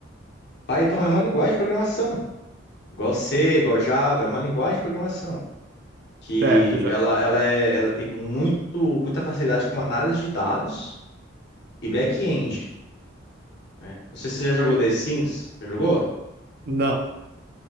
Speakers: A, on the left; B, on the right.
A: Python é uma linguagem de programação. Igual C, igual Java, é uma linguagem de programação. Que
B: Certo, já.
A: ela, ela, é- ela tem muito, muita facilidade com análise de dados e back-end, né? Não sei se você já jogou The Sims. Já jogou?
B: Não.